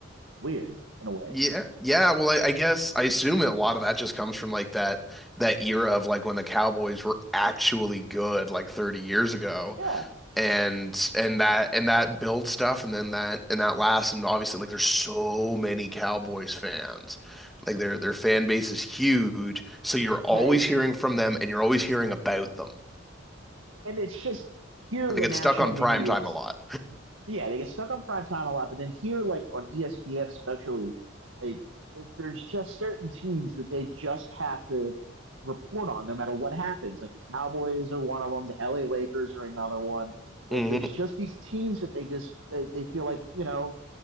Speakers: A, on the right; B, in the centre.
A: It's weird in a way.
B: Yeah, yeah. Well, I, I guess I assume a lot of that just comes from like that that era of like when the Cowboys were actually good, like 30 years ago,
A: Yeah,
B: and and that and that builds stuff, and then that and that lasts, and obviously like there's so many Cowboys fans, like their their fan base is huge, so you're always
A: right.
B: hearing from them, and you're always hearing about them.
A: And it's just here are
B: They
A: the
B: get
A: national
B: stuck on
A: media
B: prime time a lot.
A: Yeah, they get stuck on prime time a lot, but then here, like on ESPN especially, like it's, there's just certain teams that they just have to report on no matter what happens. Like the Cowboys are one of them, the LA Lakers are another one. Like
B: <laughs>
A: there's just these teams that they just they, they feel like you know,